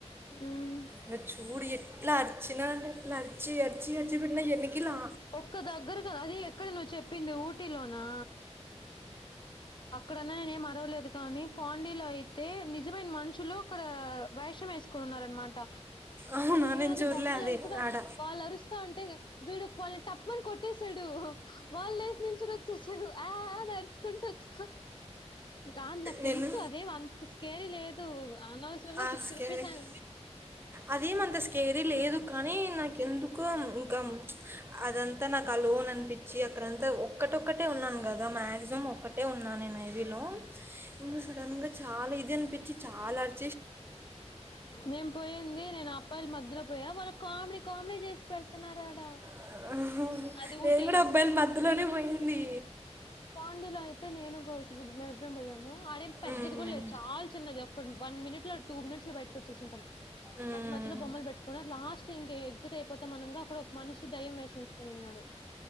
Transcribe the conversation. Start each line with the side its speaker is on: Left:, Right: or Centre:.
Left: మ్మ్
Right: ఇంగ చూడు ఎట్లా అ అ చిన్న అంటే ఇట్లా అరిచి అరిచ్చి ఎరిచ్చి పెట్న ఎన్నికలా
Left: ఇంకా దగ్గర కదా అది ఎక్కడ నువ్వు చెప్పింది ఊటీలోనా అక్కడన్నా నేనేం అర్వలేదు కానీ పాండీలో అయితే ని నజమైన మనుషులు అక్కడ వైషం వేసుకొనిఉన్నరన్నమాట
Right: అవునా
Left: నేను అది
Right: చూడలే
Left: బొమ్మలే
Right: అదే
Left: అనుకున్నా
Right: ఆడ
Left: వాళ్ళు అరుస్తా ఉంటే వీడు వాళ్ళన్ టప్ అని కొట్టేసాడు వాళ్ళు లేసి నుంచోని వచ్చేసారు ఆ అని ఆరుచుకుంటూ వచ్ గ నాకు
Right: నేను
Left: తెలుసు అదే అంత స్కేరీ లేదు అనవసరంగా
Right: ఆ
Left: సిక్స్
Right: స్కేరింగ్
Left: రూపీస్ అ
Right: అదేమంత స్కేరీ లేదు కానీ నాకు ఎందుకు ఇంకా అదంతా నాకు ఆ లోన్ అనిపించి అక్కడంత అద ఒక్కటొక్కటే ఉన్నాను కదా మ్యాక్సిమం ఒక్కటే ఉన్నా నేను అవిలో ఇంకా సడన్గా చాలా ఇది అనిపించి చాలా అర్
Left: మేం పోయింది నేను అబ్బాయిల మధ్యలో పోయా వాళ్ళ కామడి కామెడీ చేసి పెడుతున్నారే ఆడ
Right: ఆ
Left: అది
Right: నేను
Left: ఊటీలో
Right: కూడా అబ్బాయిల మధ్యలోనే పోయింది
Left: పాండలో అయితే నేనుమిద్రం పోయాము అడే పెద్దది
Right: ఉమ్,
Left: కూడా లేదు చాలా చిన్నది ఒక్కడు వన్ మినిట్ లో టూ మినిట్స్ లో బయటకు వచ్చే ఉంటాం
Right: ఉమ్,
Left: మధ్య మధ్యలో బొమ్మలు పెట్టుకుని లాస్ట్ ఇంక ఎగ్జట్ పో మనగా అక్కడ ఒక మనిషి దయ్యం వేషించుకుని ఉన్నాడు